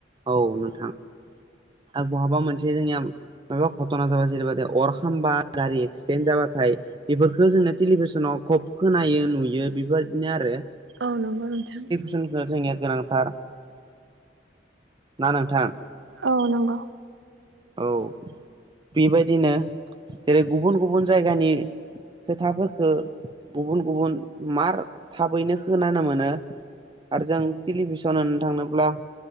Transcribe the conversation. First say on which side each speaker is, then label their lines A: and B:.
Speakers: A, on the right (about 25°); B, on the right (about 70°).
A: औ नोंथां। आरो बहाबा मोनसे जोंनिया मायबा घथना जाबा जेरैबायदि अर खामबा गारि एक्सिडेन्ट जाबाथाय बेफोरखौो जोंनो टेलिभिसनाव खब खोनायो नुयो बेफोरबादिनो आरो
B: औ नंगौ नोंथां।
A: <inaudible> जोंनिया गोनांथार ना नोंथां
B: औ नंगौ
A: औ बेबायदिनो जेरै गुबुन गुबुन जायगानि खोथाफोरखो गुबुन गुबुन मार थाबैनो खोनानो मोनो आरो जों टेलिभिसन होन थांनोब्ला